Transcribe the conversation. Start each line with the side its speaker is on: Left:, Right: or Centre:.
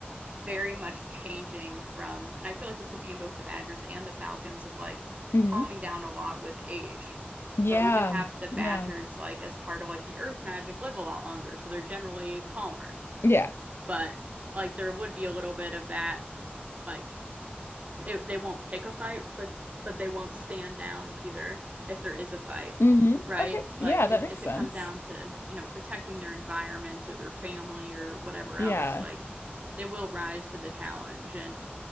Right: very much changing from, and I feel like this would be in both the Badgers and the Falcons of like
Left: Mm-hmm.
Right: calming down a lot with age.
Left: Yeah.
Right: But we could have the Badgers
Left: Yeah.
Right: like as part of like the Earth magic live a lot longer, so they're generally calmer.
Left: Yeah.
Right: But like there would be a little bit of that like it, they won't pick a fight, but but they won't stand down either if there is a fight,
Left: Mm-hmm.
Right: right?
Left: Okay. Yeah,
Right: Like
Left: that
Right: if
Left: makes
Right: if
Left: sense.
Right: it comes down to, you know, protecting their environment or their family or whatever
Left: Yeah.
Right: else, like they will rise to the challenge. And